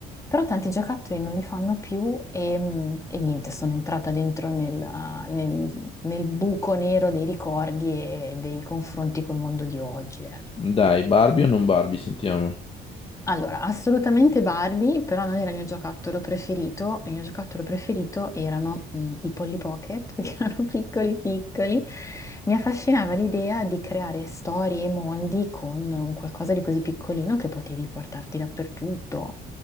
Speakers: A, on the left (about 20°); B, on the left (about 35°).
A: Però tanti giocattoli non li fanno più e, mm, e niente, sono entrata dentro nel, nel- nel buco nero dei ricordi e dei confronti col mondo di oggi, ecco.
B: Dai, Barbie o non Barbie, sentiamo.
A: Allora, assolutamente Barbie, però non era il mio giocattolo preferito. Il mio giocattolo preferito erano mm, i Polly Pocket, <laughs> perché erano piccoli piccoli. Mi affascinava l'idea di creare storie e mondi con un qualcosa di così piccolino che potevi portarti dappertutto.